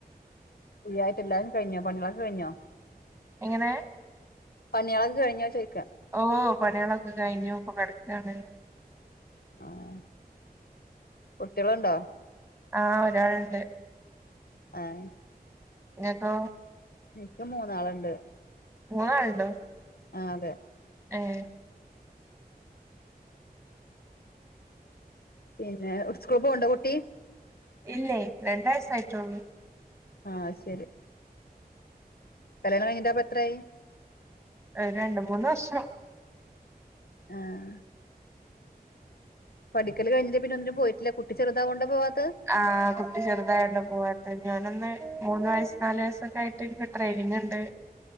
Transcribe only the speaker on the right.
എങ്ങനെ
ഓ പണികളൊക്കെ കഴിഞ്ഞു ഇപ്പോ കെടക്കാണ്
ആഹ് ഒരാള്ണ്ട്
ഇങ്ങക്കൊ
മ്മൂന്നാലുണ്ടോ
ആഹ
ഇല്ലേ രണ്ടഴസ ആയിട്ടോള്ളൂ
രണ്ട മൂന്ന് വർഷം
ആഹ കുട്ടി ചെറുതായണ്ട പോവാത്ത ഞാനൊന്ന് മൂന്ന് വയസ്സ് നാല് വയസ്സൊക്കെ ആയിട്ട് എനി ട്രെനിങ് ഉണ്ട്